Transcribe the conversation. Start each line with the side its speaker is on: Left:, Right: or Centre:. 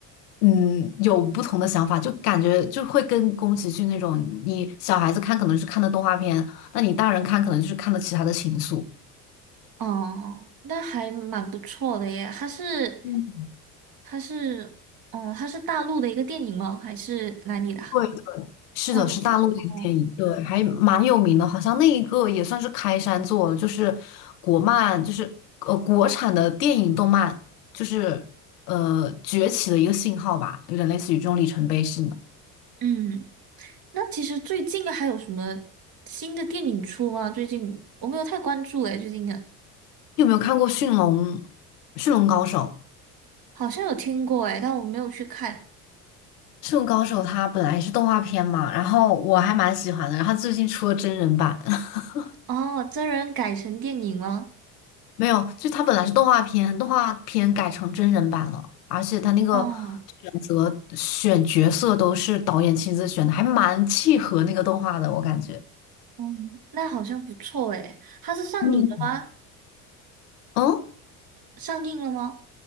Left: 嗯有不同的想法，就感觉就会跟宫崎骏那种，你小孩子看可能是看的动画片，那你大人看可能就是看的其他的情愫。
Right: 哦，那还蛮不错的耶。它是，
Left: 嗯，
Right: 它是，哦，它是大陆的一个电影吗？还是哪里的啊
Left: 对，是的，
Right: 大陆的。
Left: 是大陆的一个电影，
Right: 哦，
Left: 对，还蛮有名的，好像那一个也算是开山作了，就是国漫，就是呃国产的电影动漫，就是呃崛起的一个信号吧，有点类似于这种里程碑式。
Right: 嗯，那其实最近还有什么新的电影出吗？最近我没有太关注诶，最近的
Left: 你有没有看过《驯龙驯龙高手》？
Right: 好像有听过诶，但我没有去看。
Left: 《驯龙高手》它本来是动画片嘛，然后我还蛮喜欢的，然后最近出了真人版，<laughs>
Right: 哦，真人改成电影了。
Left: 没有，就它本来是动画片，动画片改成真人版了，而且它那个选择选角色都是导演亲自选的，
Right: 哦，
Left: 还蛮契合那个动画的，我感觉。
Right: 嗯，那好像不错诶。它是上映了吗？
Left: 嗯，嗯，
Right: 上映了吗？